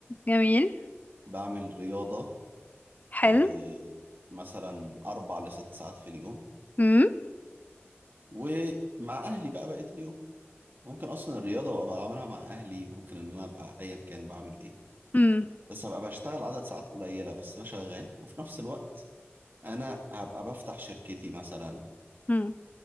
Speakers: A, on the left; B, on the right.
A: جميل
B: بعمل رياضه
A: حلو
B: آه، مثلا اربع لست ساعات في اليوم
A: مم.
B: ومع اهلي بقى بقيه اليوم ممكن اصلا الرياضه ابقى بعملها مع اهلي ممكن ان انا ابقى ايا كان بعمل ايه
A: مم.
B: بس هبقى بشتغل عدد ساعات قليله بس بشغال وفي نفس الوقت انا هبقى بفتح شركتي مثلا
A: مم.